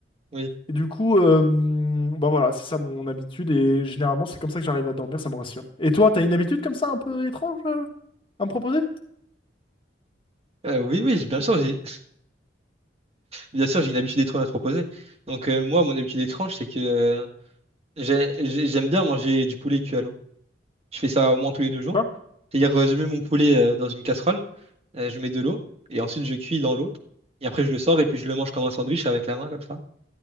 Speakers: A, on the right (about 35°); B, on the left (about 30°).
A: Oui.
B: Et du coup, euh, bah voilà, c'est ça mon habitude et généralement c'est comme ça que j'arrive à dormir, ça me rassure. Et toi, t'as une habitude comme ça un peu étrange euh, à me proposer?
A: Euh, oui, oui, j'ai- bien sûr, j'ai bien sûr, j'ai une habitude étrange à te proposer. Donc euh, moi, mon habitude étrange, c'est que euh, j'ai- j'ai- j'aime bien manger du poulet cuit à l'eau. Je fais ça au moins tous les deux jours.
B: Quoi?
A: C'est-à-dire, euh, je mets mon poulet euh, dans une casserole, euh, je mets de l'eau, et ensuite je cuis dans l'eau. Et après, je le sors et puis je le mange comme un sandwich avec la main, comme ça,